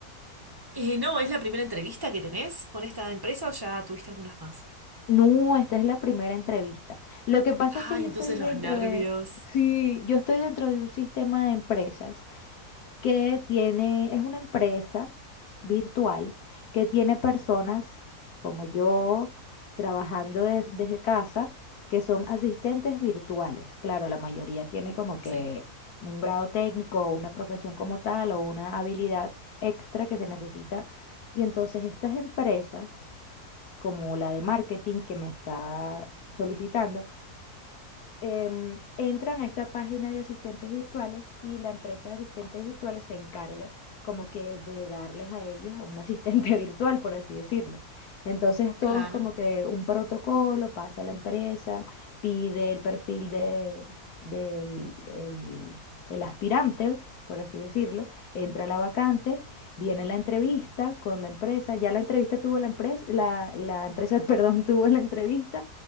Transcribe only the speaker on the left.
no, esta es la primera entrevista. Lo que pasa
es que yo
estoy dentro
de, sí, yo estoy dentro de un sistema de empresas que tiene, es una empresa virtual que tiene personas como yo trabajando des- desde casa que son asistentes virtuales. Claro, la mayoría tiene como que
un grado técnico o una profesión como tal o una habilidad extra que se necesita. Y entonces estas empresas, como la de marketing que me está solicitando, em, entran a esta página de asistentes virtuales y la empresa de asistentes virtuales se encarga como que de darles a ellos un asistente <laughs> virtual, por así decirlo. Entonces todo
es como que un protocolo, pasa a la empresa, pide el perfil de, del el- el aspirante, por así decirlo, entra la vacante, viene la entrevista con la empresa, ya la entrevista tuvo la empresa, la, la empresa, <laughs> perdón, tuvo la entrevista